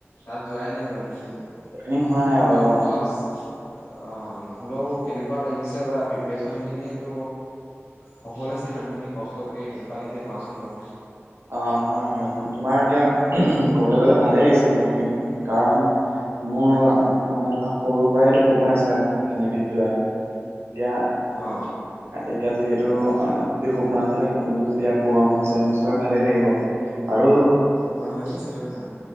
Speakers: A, on the left (about 70°); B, on the right (about 65°).
A: তাত যোৱাই নাই জইনিংটো?
B: প্লেনিং হোৱা নাই
A: হলও
B: বাৰু অঁ
A: ৱাচ অঁ হ'লেও কেনেকুৱা লাগিছে বা প্ৰিপেৰেচনখিনিত ত সফল হৈছে ইমানখিনি কষ্ট গতিকে কেনেকুৱা লাগিছে কোৱাচোন বাৰু।
B: অ হয় হয়, তোমাৰ এতিয়া ক'বলৈ গলে ভালেই লাগিছে বহুতখিনি, কাৰণ মোৰ
A: হয় হয়
B: মানে তোমাৰ সৰুৰ পৰাই এইটো সপোন আছিলে নেভিত যোৱা। এতিয়া
A: অ
B: এতিয়া যিহেতু অ যি সপোন আছিলে সপোনটো যেতিয়া পূৰণ হৈছে নিশ্চয় ভালেই লাগিব আৰু
A: হয় হয় নিশ্চিতৰূপে